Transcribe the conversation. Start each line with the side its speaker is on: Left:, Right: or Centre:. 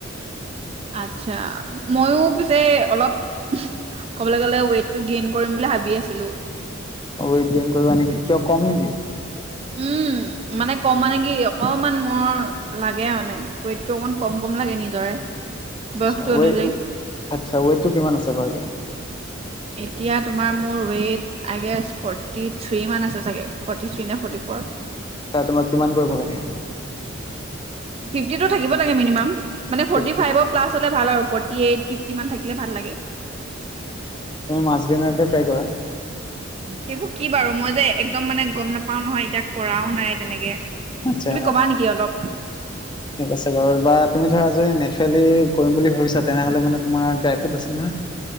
Right: আচ্ছা ময়ো পিছে অলপ ক'বলৈ গ'লে ৱেইটটো গেইন কৰিম বুলি ভাবি আছিলোঁ।
Left: ৱেট গেইন কইবা নেকি? কিয় কম নেকি?
Right: উম মানে কম মানে কি অকমান মোৰ লাগে মানে, ৱেইটটো অকমান কম কম লাগে নিজৰে।
Left: আচ্ছা
Right: বয়সটো
Left: ৱে,
Right: অনুযায়ী।
Left: আচ্ছা ৱেটটো কিমান আছে বাও এতিয়া?
Right: এতিয়া তোমাৰ মোৰ ৱেইট আইগেষ্ট ফৰ্টিথ্ৰী মান আছে চাগে। ফৰ্টি থ্ৰী নে ফৰ্টি পৰ।
Left: আচ্ছা তোমাক কিমান কৰিব লাগে?
Right: ফিফটিটো থাকিব লাগে মিনিমাম, মানে ফৰ্টি
Left: ফিফটি
Right: ফাইৱ প্লাছ হ'লে ভাল আৰু। ফৰ্টি এইট, ফিফটিমান থাকিলে ভাল লাগে।
Left: আচ্ছা তুমি মাচ গেইনকে ট্ৰাই কৰা।
Right: সেইবোৰ কি বাৰু? মই যে একদম মানে গম নাপাওঁ নহয়, এতিয়া কৰাও নাই। তেনেকে
Left: আচ্ছা
Right: তুমি কবা নেকি অলপ
Left: ঠিক আছে বাৰু বা তুমি ধৰা যদি নেছালী কৰিম বুলি ভাবিছা তেনেহ'লে মানে তোমাৰ ড্ৰাই ফ্ৰুইটচ আছে নহয়।